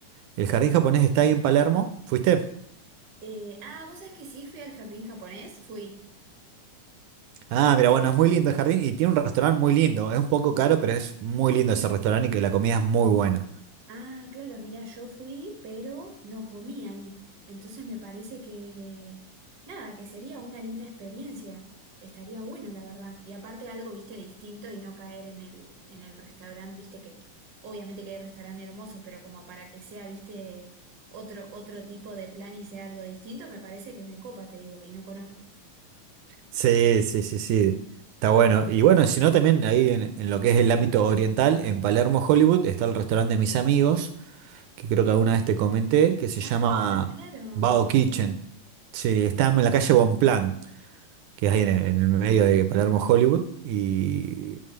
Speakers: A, on the right (about 80°); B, on the right (about 40°).
A: El jardín japonés está ahí en Palermo, ¿fuiste?
B: Eh, ah, ¿vos sabés que sí? Fui al jardín japonés, fui.
A: Ah, mira, bueno, es muy lindo el jardín y tiene un restaurante muy lindo. Es un poco caro, pero es muy lindo ese restaurante y que la comida es muy buena.
B: Ah, claro, mira, yo fui, pero no comí ahí. Entonces me parece que, nada, que sería una linda experiencia. Estaría bueno, la verdad. Y aparte algo, viste, distinto y no caer en el, en el restaurante, viste, que obviamente que hay restaurantes hermosos, pero como para que sea, viste, otro, otro tipo de plan y sea algo distinto, me parece que me copa, te digo, y no conozco.
A: Sí, sí, sí, sí. Está bueno. Y bueno, si no, también ahí en, en lo que es el ámbito oriental, en Palermo, Hollywood, está el restaurante de mis amigos, que creo que alguna vez te comenté, que se
B: Ah,
A: llama
B: claro,
A: Bao
B: sí.
A: Kitchen. Sí, está en la calle Bonpland, que es ahí en el, en el medio de Palermo, Hollywood. Y